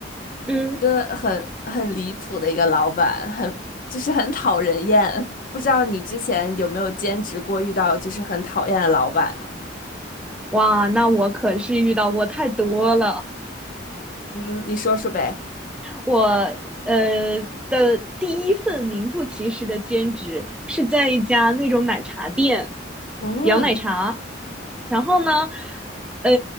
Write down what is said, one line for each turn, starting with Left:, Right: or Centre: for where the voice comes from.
Centre: 嗯，
Left: 真的很很离谱的一个老板，很就是很讨人厌。不知道你之前有没有兼职过，遇到就是很讨厌的老板呢？
Centre: 哇，那我可是遇到过太多了。
Left: 嗯，你说说呗。
Centre: 我呃的第一份名副其实的兼职是在一家那种奶茶店
Left: 嗯。
Centre: 摇奶茶，然后呢，呃，